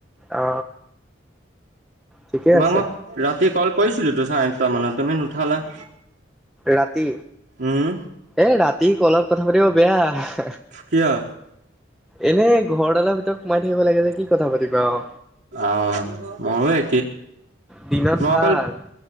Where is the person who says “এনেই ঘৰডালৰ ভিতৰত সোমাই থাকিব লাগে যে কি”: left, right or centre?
Centre